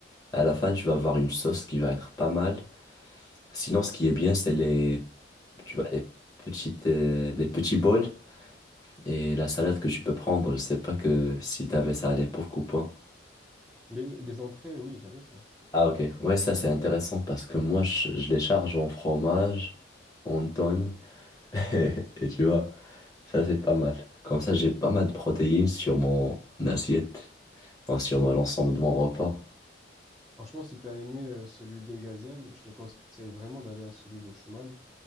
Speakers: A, on the left; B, in the centre.
A: à la fin, tu vas avoir une sauce qui va être pas mal. Sinon, ce qui est bien, c'est les, tu vois, les petites, euh, les petits bols et la salade que tu peux prendre. Je sais pas que si t'avais ça à l'époque ou pas.
B: Les, les entrées, oui, j'avais ça.
A: Ah ok, ouais ça c'est intéressant parce que moi je, je les charge en fromage, en tonne, <laughs> et et tu vois, ça c'est pas mal. Comme ça j'ai pas mal de protéines sur mon assiette, enfin, sur mon- l'ensemble de mon repas.
B: Franchement, si t'as aimé euh, celui des gazelles, je te conseille vraiment d'aller à celui de Schumann.